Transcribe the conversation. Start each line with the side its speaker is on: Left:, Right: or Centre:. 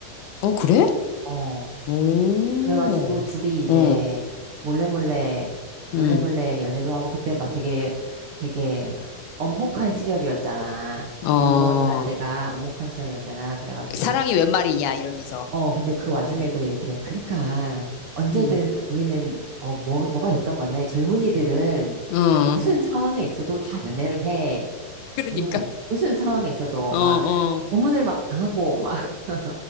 Left: 어, 그래?
Right: 어.
Left: 오,
Right: 그래가지고 둘이 이제
Left: 응,
Right: 몰래몰래,
Left: 응,
Right: 몰래몰래 연애도 하고 그때 막 되게, 되게 엄혹한 시절이었잖아.
Left: 어,
Right: 그 노동운동 할 때가 엄혹한 시절이었잖아. 그래가지고
Left: 사랑이 웬 말이냐, 이러면서.
Right: 어, 근데 그 와중에도
Left: 응,
Right: 이렇게, 그러니까, 언제든
Left: 응,
Right: 우리는, 어, 뭐, 뭐가 됐던 간에 젊은이들은
Left: 어,
Right: 무슨 상황에 있어도 다 연애를 해.
Left: 그러니까.
Right: 음 무슨 상황에 있어도
Left: 어,
Right: 막,
Left: 어,
Right: 고문을 막 당하고, 막, <laughs>